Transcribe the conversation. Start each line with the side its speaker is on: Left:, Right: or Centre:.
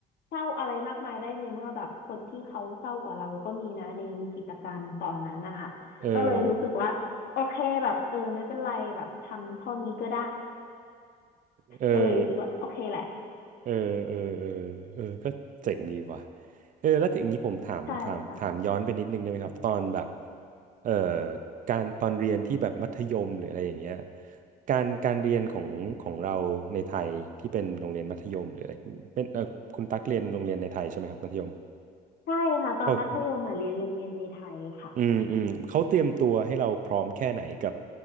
Left: เศร้าอะไรมากมายได้ในเมื่อแบบคนที่เขาเศร้ากว่าเราก็มีนะในวิกฤตการณ์ตอนนั้นนะคะก็เลยรู้สึกว่าโอเคแบบเออไม่เป็นไรแบบทำเท่านี้ก็ได้
Right: เออเออ
Left: ก็เลยรู้สึกว่าโอเคแหละ
Right: เออเออเออเออก็เจ๋งดีว่ะเออแล้วทีอย่างนี้ผมถามถามถามย้อนไปนิดนึงได้ไหมครับตอนแบบ
Left: ใช่ค่ะ
Right: เอ่อการตอนเรียนที่แบบมัธยมหรืออะไรอย่างเงี้ยการการเรียนของของเราในไทยที่เป็นโรงเรียนมัธยมหรืออะไรเป็นเออคุณตั๊กเรียนโรงเรียนในไทยใช่ไหมครับมัธยม
Left: ใช่ค่ะตอนมัธยมอ่ะเรียนโรงเรียนในไทยค่ะ
Right: โอเคอืมอืมเขาเตรียมตัวให้เราพร้อมแค่ไหนกับ